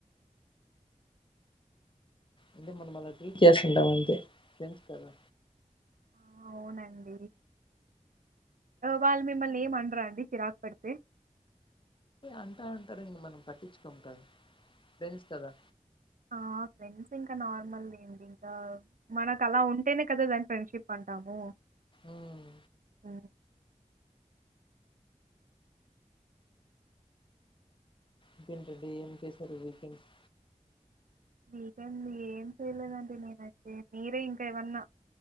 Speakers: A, on the left; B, on the right.
A: అంటే మనం అలా ట్రిల్ చేస్తుంటాం అంతే ఫ్రెంస్ కదా
B: ఆ! అవునండి వాళ్ళు మిమ్మల్ని ఏమండరా అండి చిరాకు పెడితే
A: అంటా అంటారు ఇంక మనం పట్టించుకోం కదా ఫ్రెండ్స్ కదా
B: ఆ ఫెంసింగ్ ఇంకా నార్మల్ ఏంటి ఇంకా మనకు అలా ఉంటేనే కదా దాని ఫ్రెండ్షిప్ అంటాము
A: ఉమ్.
B: అఓ
A: ంటంటడి ఏం చేసారు వీకెండ్స్
B: వీకెండ్ ఏం చేయలేదండి, నేనైతే మీరే ఇంకా ఏమన్నా